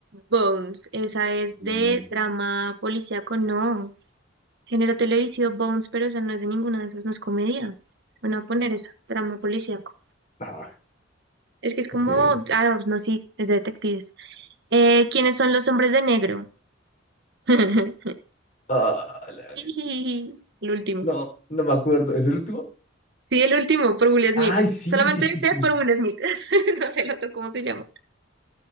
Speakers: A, on the right (about 60°); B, on the left (about 40°).
A: Bones, esa es de
B: Mm,
A: drama policíaco, no. Género televisivo Bones, pero esa no es de ninguna de esas, no es comedia. Bueno, voy a poner esa, drama policíaco.
B: ah,
A: Es que es como,
B: ok.
A: ah, no, no, sí, es de detectives. Eh, ¿quiénes son los hombres de negro? <laughs>
B: Ah, la-
A: El último.
B: no, no me acuerdo. ¿Es el último?
A: Sí, el último, por Will
B: Ay,
A: Smith.
B: sí,
A: Solamente
B: sí, sí,
A: sé
B: sí.
A: por Will Smith. <laughs> No sé el otro cómo se llama.